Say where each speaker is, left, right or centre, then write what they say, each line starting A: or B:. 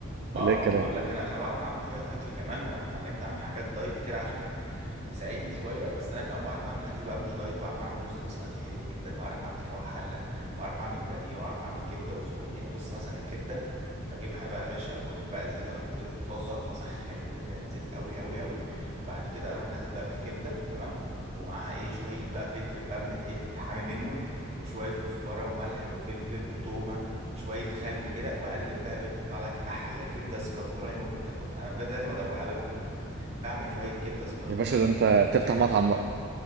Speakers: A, on the right (about 35°); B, on the right (about 55°).
A: اه
B: ولا ايه
A: ما
B: الكلام
A: بقول لك انا انا بعرف اعمل شويه اكل كمان واتعلمت اعمل حاجات دايت كده عشان تساعدني شويه بس انا كمان بعرف اعمل اكل بقى مش دايت بعرف اعمل رز بسمتي حلو جدا بعرف اعمل كباب حله بعرف اعمل بانيه بعرف اعمل كبده وسجق يعني بص مثلا الكبده بجيبها بقى يا باشا واجيب بقى الزيت انزله في الطاسه واسخن ال- الزيت قوي قوي قوي بعد كده اروح نازل بقى بالكبده تمام ومعاها ايه شويه بقى فلفل بقى من الايه من الحامي منه وشويه كزبره وملح وفلفل وتومه وشويه خل كده وقلب بقى يا باشا يطلع لك احلى كبده اسكندراني ممكن تاكلها انا بجد لازم ادوقها لك في يوم بعمل شويه كبده اسكندراني
B: يا باشا ده
A: يا
B: انت
A: عم،
B: تفتح
A: لاخر
B: مطعم بقى